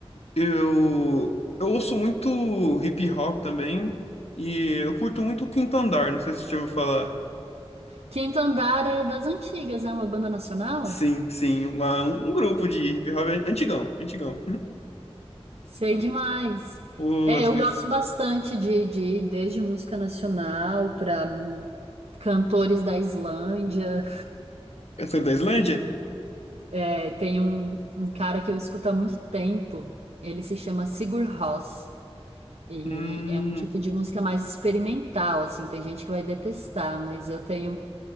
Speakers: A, on the left; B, on the right.
A: Eu, eu ouço muito hip hop também e eu curto muito o Quinto Andar, não sei se você já ouviu falar.
B: Quinto Andar é das antigas, é uma banda nacional?
A: Sim, sim, uma- um grupo de hip hop antigão, antigão.
B: Sei
A: <laughs>
B: demais.
A: Pô,
B: É,
A: às
B: eu
A: vezes
B: gosto bastante de, de ir desde música nacional para cantores da Islândia.
A: cantor da Islândia?
B: É, tem um, um cara que eu escuto há muito tempo, ele se chama Sigur Rós. E
A: Hum,
B: é um tipo de música mais experimental, assim, tem gente que vai detestar, mas eu tenho